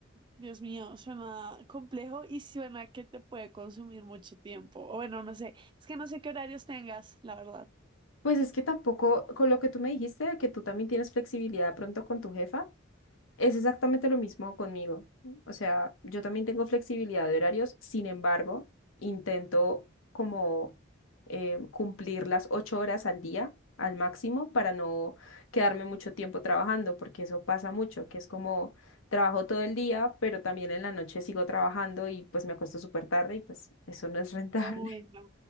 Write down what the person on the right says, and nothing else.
Dios mío, suena complejo y suena que te puede consumir mucho tiempo. O bueno, no sé, es que no sé qué horarios tengas, la verdad.
Uy, no.